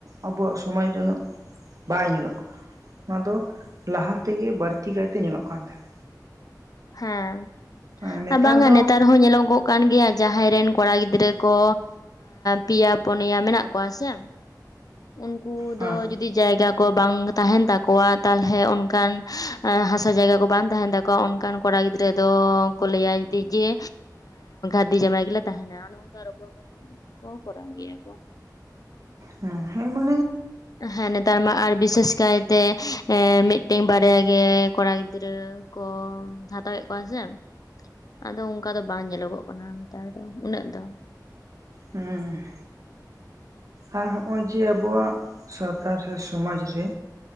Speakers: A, on the right (about 50°); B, on the left (about 60°).
A: ᱟᱵᱚᱣᱟᱜ ᱥᱚᱢᱟᱡ ᱩᱱᱟᱹᱜ ᱵᱟᱭ ᱧᱮᱞᱚᱜ ᱠᱟᱱᱟ ᱚᱱᱟ ᱫᱚ ᱞᱟᱦᱟ ᱛᱮᱜᱮ ᱵᱟᱹᱲᱛᱤ ᱠᱟᱭᱛᱮ ᱧᱮᱞᱚᱜ ᱠᱟᱱ ᱛᱟᱦᱮᱱᱟ
B: ᱦᱮᱸ
A: ᱦᱮᱸ
B: ᱟᱨ ᱵᱟᱝ
A: ᱫᱚ
B: ᱟ ᱱᱮᱛᱟᱨ ᱦᱚᱸ ᱧᱮᱞᱚᱜᱚᱜ ᱠᱟᱱ ᱜᱮᱭᱟ ᱡᱟᱦᱟᱸᱭ ᱨᱮᱱ ᱠᱚᱲᱟ ᱜᱤᱫᱽᱨᱟᱹ ᱠᱚ ᱯᱮᱭᱟ ᱯᱩᱱᱭᱟ ᱢᱮᱱᱟᱜ ᱠᱚᱣᱟ ᱥᱮ ᱩᱱᱠᱩ
A: ᱦᱮᱸ
B: ᱫᱚ ᱡᱩᱫᱤ ᱡᱩᱫᱤ ᱡᱟᱭᱜᱟ ᱠᱚ ᱵᱟᱝ ᱛᱟᱦᱮᱱ ᱛᱟᱠᱚᱣᱟ ᱛᱟᱦᱚᱞᱮ ᱚᱱᱠᱟᱱ ᱦᱟᱥᱟ ᱡᱟᱭᱜᱟ ᱠᱚ ᱵᱟᱝ ᱛᱟᱦᱮᱱ ᱛᱟᱠᱚᱣᱟ ᱚᱱᱠᱟᱱ ᱠᱚᱲᱟ ᱜᱤᱫᱽᱨᱟᱹ ᱫᱚᱠᱚ ᱞᱟᱹᱭᱟ ᱡᱮ ᱜᱟ. ᱨᱫᱷᱤ ᱡᱟᱢᱟᱭ ᱜᱮᱞᱮ ᱛᱟᱦᱮᱱᱟ ᱱᱚᱝᱠᱟ ᱨᱚᱯᱚᱲ ᱠᱟᱛᱮᱜ ᱠᱚ ᱠᱚᱨᱟᱣ ᱜᱮᱭᱟ ᱠᱚ ᱾
A: ᱦᱮ ᱦᱮᱢᱟ
B: ᱦᱮᱸ ᱱᱮᱛᱟᱨ ᱢᱟ ᱟᱨ ᱵᱤᱥᱮᱥ ᱠᱟᱭ ᱛᱮ ᱢᱤᱫᱴᱮᱱ ᱵᱟᱨᱭᱟ ᱜᱮ ᱠᱚᱲᱟ ᱜᱤᱫᱽᱨᱟᱹ ᱠᱚ ᱦᱟᱛᱟᱣᱮᱫ ᱠᱚᱣᱟ ᱥᱮ ᱟᱫᱚ ᱚᱱᱠᱟ ᱫᱚ ᱵᱟᱝ ᱧᱮᱞᱚᱜᱚᱜ ᱠᱟᱱᱟ ᱱᱮᱛᱟᱨ ᱫᱚ ᱩᱱᱟᱹᱜ ᱫᱚ
A: ᱦᱮᱸ ᱟᱨ ᱱᱚᱜᱼᱚᱭ ᱡᱮ ᱟᱵᱚᱣᱟᱜ ᱥᱟᱶᱛᱟᱨ ᱥᱮ ᱥᱚᱢᱟᱡ ᱨᱮ